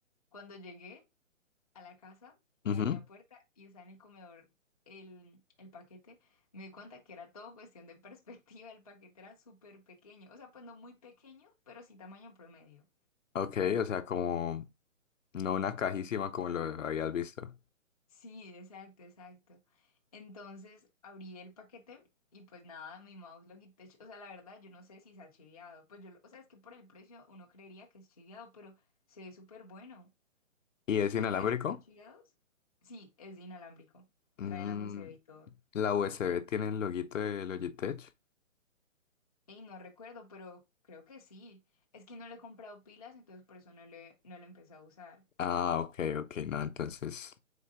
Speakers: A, on the left (about 30°); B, on the left (about 70°).
A: cuando llegué a la casa y
B: ujú.
A: abrí la puerta y estaba en el comedor el, el paquete, me di cuenta que era todo cuestión de <laughs> perspectiva, el paquete era súper pequeño, o sea, pues no muy pequeño, pero sí tamaño promedio.
B: Ok, o sea, como, no una cajísima como lo habías visto.
A: Sí, exacto, exacto. Entonces abrí el paquete y pues nada, mi mouse lo quité, o sea, la verdad yo no sé si se ha chiviado, pues yo, lo- o sea, es que por el precio uno creería que es chiviado, pero se ve súper bueno.
B: ¿Y es
A: ¿Tú
B: inalámbrico?
A: crees que son chiviados? Sí, es inalámbrico,
B: Mm,
A: trae la USB y todo.
B: la USB tiene el loguito de Logitech.
A: Y no recuerdo, pero creo que sí. Es que no le he comprado pilas, entonces por eso no le, no lo empecé a usar.
B: Ah, ok, ok, no, entonces,